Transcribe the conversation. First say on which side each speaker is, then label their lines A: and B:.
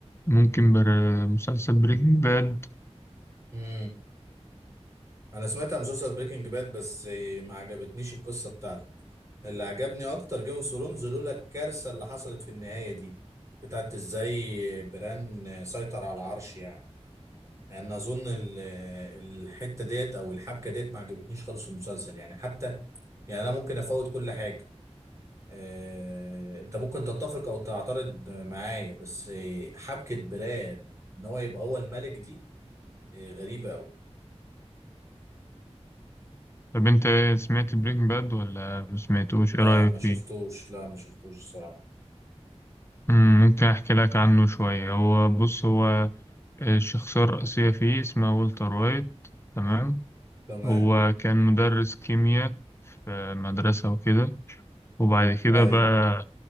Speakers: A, on the left; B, on the right.
A: ممكن بر...
B: مم.
A: مسلسل بريكنج باد
B: مم. انا سمعت عن مسلسل بريكنج باد بس آه، ما عجبتنيش القصه بتاعته اللي عجبني اكتر جيم اوف ثرونز لولا الكارثه اللي حصلت في النهايه دي بتاعت ازاي بران سيطر على العرش يعني لان اظن ال- الحته ديت او الحبكه ديت ما عجبتنيش خالص في المسلسل يعني حتى يعني انا ممكن افوت كل حاجه آه، انت ممكن تتفق او تعترض معايا بس آه، حبكه براد ان هو يبقى هو الملك دي آه، غريبه قوي
A: طب انت ايه، سمعت بريكنج باد ولا مسمعتوش
B: لا
A: ايه رأيك
B: ما
A: فيه
B: شفتوش لا ما شفتوش الصراحه
A: مم، ممكن احكي لك عنه شوية هو بص هو الشخصية الرئيسية فيه اسمها والتر وايت تمام
B: تمام
A: هو كان مدرس كيمياء في مدرسة وكده وبعد كده
B: اي
A: بقى